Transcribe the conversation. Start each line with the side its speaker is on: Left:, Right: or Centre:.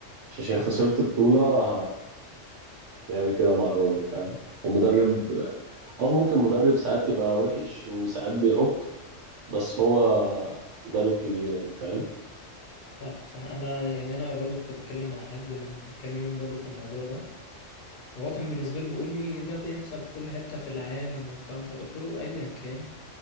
Right: مش عشان
Left: صح
Right: خسرت بطوله هنعمل كده مع الراجل فاهم هو مدرب هو ممكن مدرب ساعات يبقى وحش وساعات بيعك بس هو مدرب كبير يعني فاهم
Left: صح صح انا يعني انا برضو كنت بتكلم مع حد من كام يوم برضو في الموضوع ده وهو كان بالنسبة لي بيقول لي ده بيحصل في كل حتة في العالم وبتاع مش عارف. قلت له أيا كان